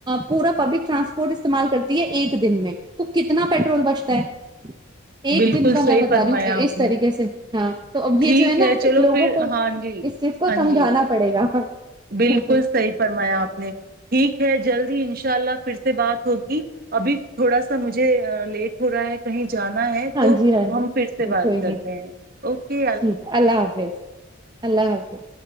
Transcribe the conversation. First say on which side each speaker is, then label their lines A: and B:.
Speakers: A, on the right (about 20°); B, on the right (about 45°).
A: پورا پبلک ٹرانسپورٹ استعمال کرتی ہے ایک دن میں تو کتنا پیٹرول بچتا ہے ایک
B: بالکل
A: دن کا
B: صحیح
A: میں بتا
B: فرمایا
A: رہی ہوں
B: آپ
A: اس طریقے
B: نے
A: سے ہاں تو اب یہ
B: ٹھیک
A: جو ہے نا
B: چلو پھر
A: لوگوں کو
B: ہاں جی
A: اس چیز کو
B: ہاں
A: سمجھانا
B: جی
A: پڑے گا ہاں
B: بالکل
A: جی
B: صحیح فرمایا آپ نے ٹھیک ہے جلدی اناء ان شاء اللہ پھر سے بات ہوگی ابھی تھوڑا سا مجھے لیٹ ہو رہا ہے کہیں جانا ہے
A: ہاں
B: تو
A: جی ہاں
B: ہم
A: جی
B: پھر سے بات
A: کوئی نہیں
B: کرتے ہیں اوکے
A: ٹھیک ہے اللہ حافظ اللہ حافظ